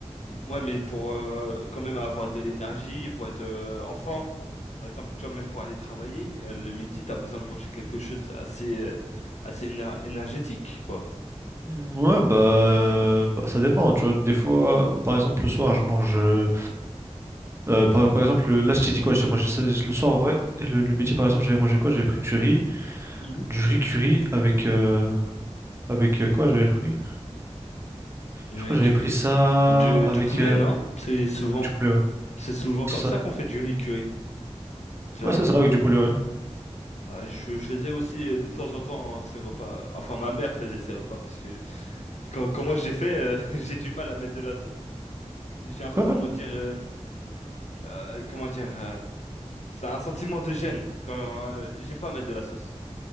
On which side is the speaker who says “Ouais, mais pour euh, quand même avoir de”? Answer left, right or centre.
Left